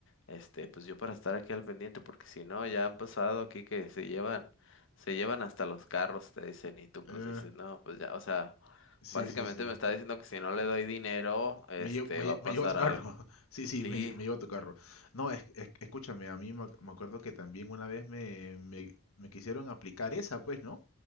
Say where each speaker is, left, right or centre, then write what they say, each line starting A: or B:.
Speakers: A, on the left; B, on the left.
A: este, pues yo para estar aquí al pendiente, porque si no, ya han pasado aquí que se llevan, se llevan hasta los carros, te dicen, y tú pues
B: eh,
A: dices, no, pues ya, o sea,
B: sí,
A: básicamente
B: sí. sí.
A: me está diciendo que si no le doy dinero, este,
B: Me llevo, me,
A: va
B: lle-
A: a pasar
B: me llevo tu carro.
A: algo.
B: <laughs> Sí, sí,
A: Sí,
B: me, lle- me llevo tu carro. No, es, es- escúchame, a mí me, ac- me acuerdo que también una vez me, me- me quisieron aplicar esa, pues, ¿no?